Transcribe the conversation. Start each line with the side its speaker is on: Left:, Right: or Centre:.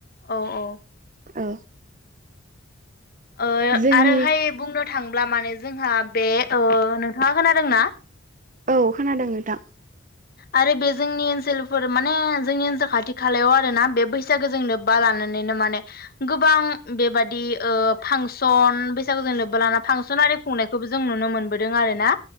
Left: औ औ
Right: औ
Left: ओ
Right: जोंनि
Left: आरोहाय बुंनो थांब्ला माने जोंहा बे ओ नोंथाङा खोनादोंना?
Right: औ खोनादों नोंथां।
Left: आरो बे जोंनि ओनसोल फोर माने जोंनि ओनसोल खा खाथि खालायाव आरोना बे बैसागोजों लोब्बा लानानैनो माने गोबां बेबादि ओ फांसन बैसागोजों लोब्बा लाना फांसन आरि खुंनायखौबो जों नुनो मोनबोदों आरोना